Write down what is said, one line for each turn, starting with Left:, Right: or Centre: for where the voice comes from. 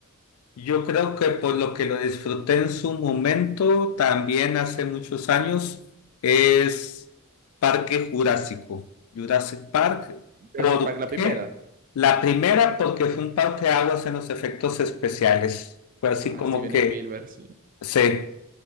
Left: Yo creo que por lo que lo disfruté en su momento, también hace muchos años, es Parque Jurásico, Jurassic Park.
Right: pero
Left: ¿Por
Right: si para la
Left: qué?
Right: primera.
Left: La primera, porque fue un aguas en los efectos especiales. Fue así
Right: Ah,
Left: como
Right: Steven
Left: que
Right: Spielberg, sí.
Left: se.